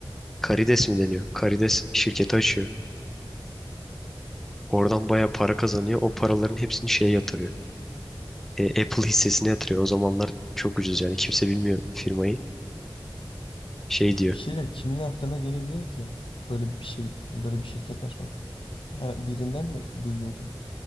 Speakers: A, in the centre; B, on the left (about 80°).
A: Karides mi deniyor? Karides şirketi açıyor. Oradan baya para kazanıyor. O paraların hepsini şeye yatırıyor. E, Apple hissesine yatırıyor. O zamanlar çok ucuz yani kimse bilmiyor firmayı. Şey diyor.
B: Bir şey diyeceğim. Kimin aklına gelebilir ki böyle bir şey, böyle bir şirket açmak? Her birinden mi duyuyordu?